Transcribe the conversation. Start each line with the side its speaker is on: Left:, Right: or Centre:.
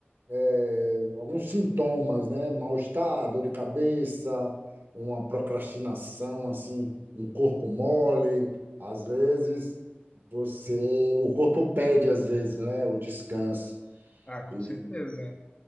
Right: eh, alguns sintomas, né? Mal-estar, dor de cabeça, uma procrastinação, assim, um corpo mole, às vezes. Você, o corpo pede às vezes, né, o descanso.
Left: Ah, com
Right: E
Left: certeza.